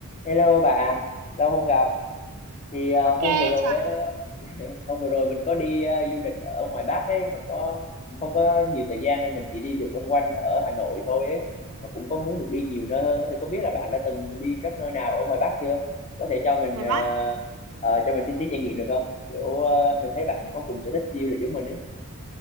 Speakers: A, on the left (about 30°); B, on the right (about 85°).
A: Hello bạn, lâu không gặp. Thì ờ,
B: Ok
A: hôm vừa rồi
B: chào
A: á, <laughs> hôm vừa rồi mình có đi ờ, du lịch ở ngoài Bắc ấy mà có không có nhiều thời gian nên mình chỉ đi được quanh quanh ở Hà Nội thôi ấy. Mà cũng có muốn được đi nhiều nơi hơn. á. Thì không biết là bạn đã từng đi các nơi nào ở ngoài Bắc chưa? Có thể cho mình
B: ngoài
A: ờ,
B: Bắc
A: ờ, cho mình xin tí trải nghiệm được không? Kiểu ờ, mình thấy bạn có cùng sở thích đi du lịch giống mình ấy.